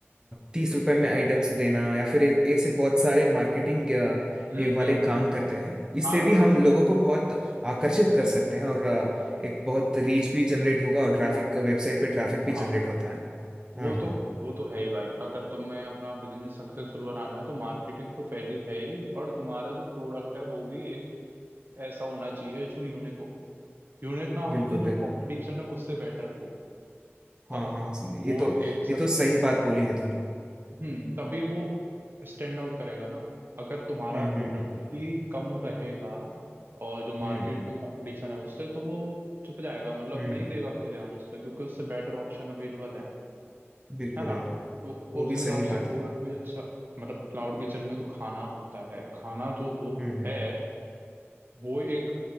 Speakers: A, on the right; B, on the right.
A: तीस रुपए में आइटम्स देना या फिर ए- ऐसे बहुत सारे मार्केटिंग
B: हम्म
A: ये वाले
B: हम्म
A: काम
B: हम्म।
A: करते हैं इससे
B: हाँ मतलब
A: भी हम लोगों को बहुत आकर्षित कर सकते हैं और अ, एक बहुत रीच भी जनरेट होगा और ट्रैफिक वेबसाइट पे ट्रैफिक भी
B: हाँ
A: जनरेट होता है
B: वो
A: हाँ
B: तो
A: हाँ
B: वो तो है ही भाई अगर तुम्हें अपना बिजनेस सक्सेसफुल बनाना है तो मार्केटिंग तो पहली है ही और तुम्हारा जो प्रोडक्ट है वो भी एक ऐसा होना चाहिए जो यूनिक हो यूनिक ना
A: बिल्कुल
B: हो तो जो
A: बिल्कुल
B: कंपटीशन है उससे बेटर हो
A: हाँ
B: तब
A: हाँ
B: वो
A: ये तो
B: एक
A: ये तो सही बात बोली है तूने
B: हम्म तभी वो स्टैंड आउट करेगा ना अगर तुम्हारा
A: हम्म हम्म
B: प्रोडक्ट
A: हम्म
B: ही कम रहेगा और जो मार्केट
A: हम्म
B: में कंपटीशन है उससे तो वो छुप जाएगा मतलब
A: हम्म
B: नहीं देगा कोई ध्यान उस पर क्योंकि उससे बेटर ऑप्शन अवेलेबल है
A: बिल्कुल
B: है ना
A: यार
B: तो
A: वो
B: उस
A: भी
B: हिसाब
A: सही
B: से
A: बात
B: प्रोडक्ट
A: है
B: भी अच्छा मतलब क्लाउड किचन में तो खाना होता है खाना जो हो
A: हम्म हम्म
B: है वो एक